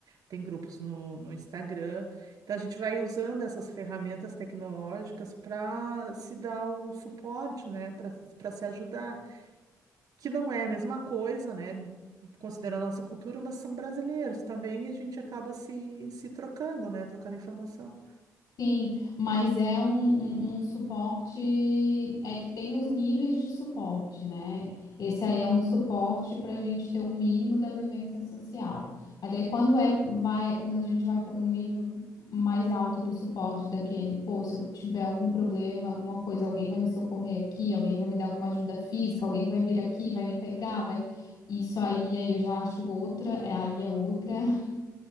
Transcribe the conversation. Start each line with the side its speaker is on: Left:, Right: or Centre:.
Right: tem grupos no, no Instagram. Então a gente vai usando essas ferramentas tecnológicas para se dar o suporte, né, para para se ajudar, que não é a mesma coisa, né, considerando a nossa cultura, mas são brasileiros também e a gente acaba se, se trocando, né, trocando informação.
Left: Sim, mas é um, um, um suporte, é que tem os níveis de suporte, né? Esse aí é um suporte para a gente ter um mínimo da vivência social. Mas daí quando é, vai, quando a gente vai para um nível mais alto do suporte daquele, pô, se eu tiver algum problema, alguma coisa, alguém vai me socorrer aqui, alguém vai me dar alguma ajuda física, alguém vai vir aqui, vai me pegar, vai. Isso aí, aí eu já acho outra, é, aí é outra, <laughs>